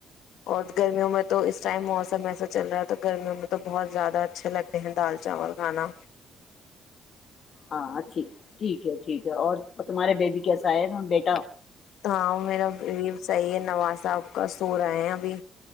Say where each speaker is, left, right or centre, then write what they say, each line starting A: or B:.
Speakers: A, on the left; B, on the left.
A: اور گرمیوں میں تو اس ٹائم موسم ایسا چل رہا ہے تو گرمیوں میں تو بہت زیادہ اچھا لگ دال چاول کھانا
B: ہاں اچھی ٹھیک ہے ٹھیک ہے اور اور تمہارے بیب کیسا ہے بیٹا
A: ہاں میرا صحیح ہے نواز صاحب کا سو رہا ہے ابھی